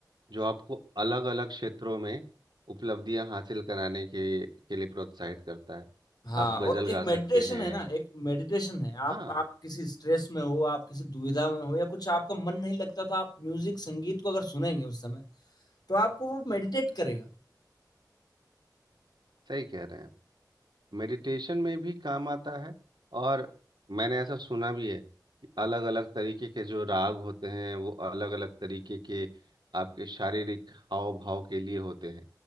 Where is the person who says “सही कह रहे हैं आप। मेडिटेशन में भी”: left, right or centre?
Right